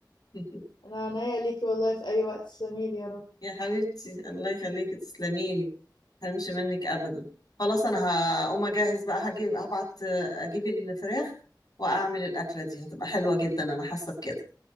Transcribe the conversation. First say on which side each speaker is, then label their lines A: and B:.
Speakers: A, on the left (about 60°); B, on the left (about 85°).
A: <laughs>
B: انا عنيا ليكي والله في اي وقت تسلميلي يا رب
A: يا حبيبتي الله يخليكي تسلمي لي هرمش منك ابدا خلاص انا هقوم اجهز بقى هجيب هبعت اجيب الفراخ واعمل الاكله دي هتبقى حلوه جدا انا حاسه بكده